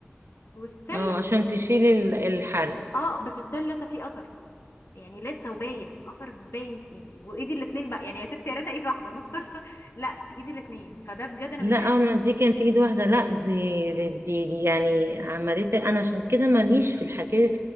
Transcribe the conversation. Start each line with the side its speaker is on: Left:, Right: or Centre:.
Left: وستيل
Right: اه عشان تشيلي ال- الحرق
Left: اه بس ستيل لسه في اثر يعني لسه وباين الاثر باين في ايدي وايدي الاتنين بقى يعني يا ستي يا ريت ايد واحده مستر <laughs> لا في ايدي الاتنين فده بجد انا
Right: لا
Left: متضايقه
Right: آه، انا
Left: جداً.
Right: دي كانت ايد واحده لا دي دي, دي يعني عملتها انا عشان كده ماليش في الحكايه